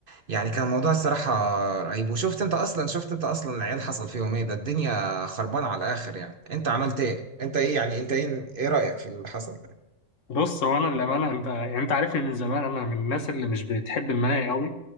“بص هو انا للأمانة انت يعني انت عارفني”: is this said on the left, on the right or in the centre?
Left